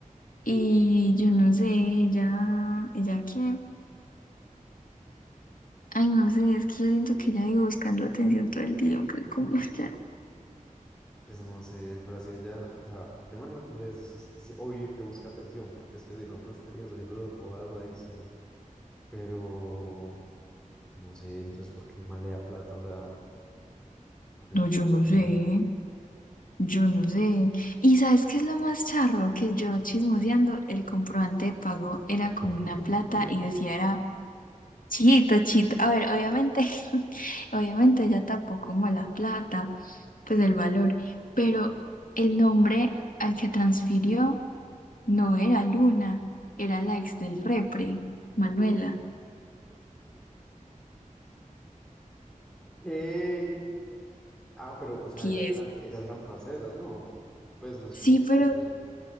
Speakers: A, on the left (about 80°); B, in the centre.
A: y yo no sé, ella, ella qué, ay no sé, es que yo siento que ella vive buscando atención todo el día, aunque como <laughs> ya,
B: Pues no sé, pero así ella, o sea, primero lo es, es obvio que busca atención, porque es que si no, no estaría subiendo esas bodas a Instagram, pero... No sé, entonces, ¿por qué el man le da plata? O sea, porque
A: no,
B: son
A: yo
B: parceros
A: no sé.
B: ya.
A: Yo no sé. ¿Y sabes qué es lo más charro? Que yo chismoseando, el comprobante de pago era con
B: <laughs>
A: una plata y decía era chito, chito. A ver, obviamente, <laughs> obviamente ya tapó como la plata, pues el valor, pero el nombre al que transfirió no era Luna, era la ex del repre, Manuela.
B: ¿Qué? Ah, pero, o sea,
A: Tieso.
B: ellas eran, ellas eran parceras, ¿no? Pues no es
A: Sí,
B: como que,
A: pero